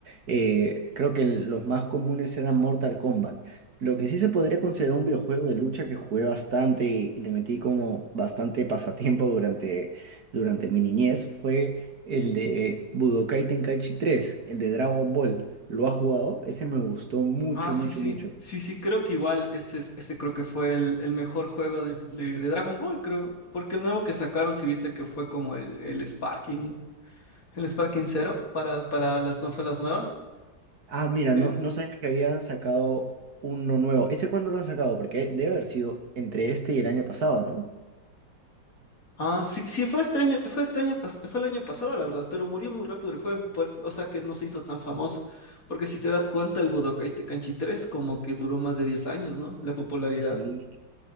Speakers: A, on the right; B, on the left.
A: Eh, creo que los más comunes eran Mortal Kombat. Lo que sí se podría considerar un videojuego de lucha que jugué bastante y le metí como bastante pasatiempo durante, durante mi niñez fue el de Budokai Tenkaichi tres, el de Dragon Ball. ¿Lo ha jugado? Ese me gustó mucho,
B: Ah, sí,
A: mucho,
B: sí,
A: mucho.
B: sí, sí, creo que igual ese, es- ese creo que fue el, el mejor juego de, de- de Dragon Ball, creo. Porque el nuevo que sacaron, si viste que fue como el, el Sparking, el Sparking Zero para, para las consolas nuevas.
A: Ah, mira,
B: eh,
A: no, no sabía que habían sacado uno nuevo. ¿Ese cuándo lo han sacado? Porque debe haber sido entre este y el año pasado, ¿no?
B: Ah, sí, sí, fue este año, fue este año, pas- fue el año pasado, la verdad, pero murió muy rápido el juego, por- o sea que no se hizo tan famoso, porque si te das cuenta, el Budokai Tenkaichi tres como que duró más de diez años, ¿no? La popularidad.
A: Sí.